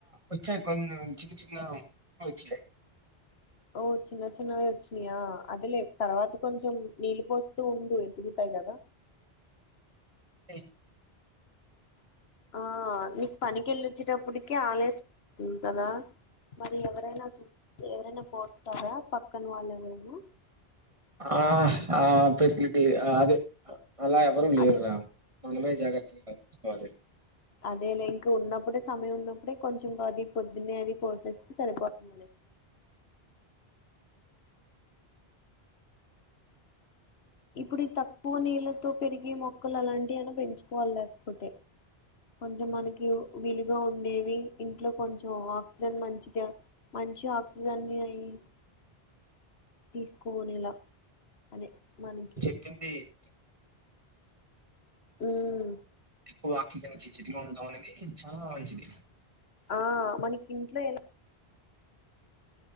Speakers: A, on the right (about 30°); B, on the left (about 75°).
A: వచ్చాయి కొన్ని చిన్న చిన్న <inaudible> వచ్చాయ్
B: ఓ చిన్న చిన్నవి వచ్చినాయా అదే లే తర్వాత కొంచెం నీళ్ళు పోస్తూ ఉండు ఎదుగుతాయి కదా
A: ఏయ్
B: ఆ నీక్ పనికెల్లోచ్చేటప్పటికి ఆలస్ అయింది కదా మరి ఎవరైనా <inaudible> ఎవరైనా పోస్తారా పక్కన వాళ్ళు ఎవరైనా
A: ఆ ఆ ఫెసిలిటీ అ అదే అలా ఎవరు లేర్ర
B: అదే
A: మనమే జాగ్రత్తగా <inaudible> కోవాలి
B: <inaudible> అదే లే ఇంక ఉన్నప్పుడే సమయం ఉన్నప్పుడే కొంచెం అది పొద్దున్నే అది పోసేస్తే సరిపోతుందిలే ఇప్పుడు ఈ తక్కువ నీళ్లతో పెరిగే మొక్కలలాంటి అయిన పెంచుకోవాల్ లేకపోతాయి కొంచెం మనకి విలుగా ఉండేవి ఇంట్లో కొంచెం ఆక్సిజన్ మంచిది మంచి ఆక్సిజన్ వి అయ్యి తీసుకొనేలా అదే మనకి
A: ది <unintelligible>
B: ఉమ్
A: ఎక్కువ ఆక్సిజన్ ఇచ్చిచ్చి <unintelligible> ఉండడం అనేది చాలా మంచిది
B: ఆ మనకీంట్లో ఎలా